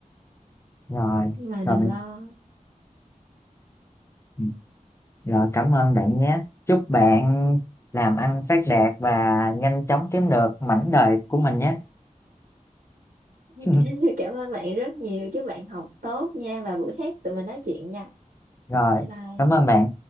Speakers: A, on the left (about 20°); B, on the right (about 75°).
A: rồi
B: nhưng mà
A: rồi
B: đừng
A: mình
B: lo
A: ừ, rồi cảm ơn bạn nhé chúc bạn làm ăn phát đạt và nhanh chóng kiếm được mảnh đời của mình nhé
B: ok
A: <laughs>
B: <laughs> cảm ơn bạn rất nhiều chúc bạn học tốt nha và bữa khác tụi mình nói chuyện nha
A: rồi
B: bye bye
A: cảm ơn bạn